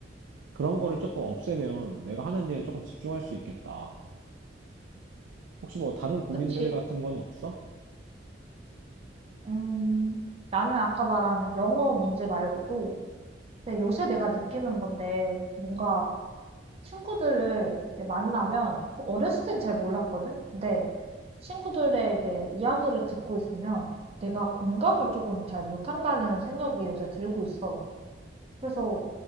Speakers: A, on the right; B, on the right.
A: 그런 거를 조금 없애면 내가 하는 일에 조금 집중할 수 있겠다. 혹시 뭐 다른 고민들
B: 그치?
A: 같은 건 없어?
B: 음, 나는 아까 말한 영어 문제 말고도 근데 요새 내가 느끼는 건데 뭔가 친구들을 이제 만나면 어렸을 땐 잘 몰랐거든. 근데 친구들의 이제 이야기를 듣고 있으면 내가 공감을 조금 잘 못한다는 생각이 요새 들고 있어. 그래서